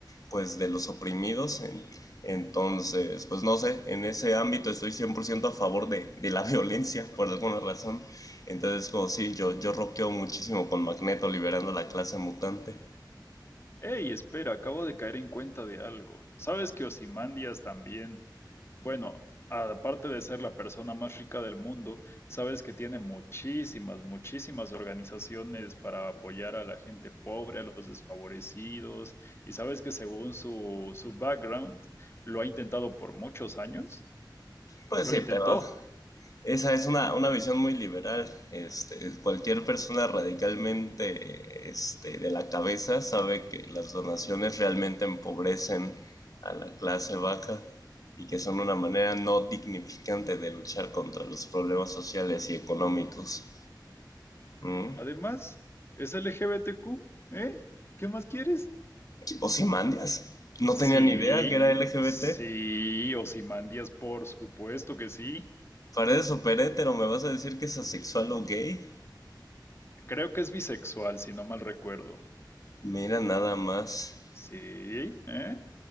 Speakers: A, on the left; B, on the left.
A: pues de los oprimidos en, entonces, pues no sé, en ese ámbito estoy 100% a favor de, de la <laughs> violencia por alguna razón. Entonces, como sí, yo, yo roqueo muchísimo con Magneto liberando la clase mutante.
B: Ey, espera, acabo de caer en cuenta de algo. ¿Sabes que Osimandias también Bueno, aparte de ser la persona más rica del mundo, sabes que tiene muchísimas, muchísimas organizaciones para apoyar a la gente pobre, a los desfavorecidos, y sabes que según su, su background, lo ha intentado por muchos años,
A: Pues
B: lo
A: sí,
B: intentó.
A: pero esa es una, una visión muy liberal. Este, cualquier persona radicalmente este, de la cabeza sabe que las donaciones realmente empobrecen a la clase baja y que son una manera no dignificante de luchar contra los problemas sociales y económicos. ¿Mm?
B: Además, es LGBTQ, ¿eh? ¿Qué más quieres?
A: Ozymandias. No
B: Sí,
A: tenía ni idea que era LGBT.
B: sí, Ozymandias, por supuesto que sí.
A: Paredes super hétero, ¿me vas a decir que es asexual o gay?
B: Creo que es bisexual, si no mal recuerdo.
A: Mira nada más.
B: Sí, ¿eh?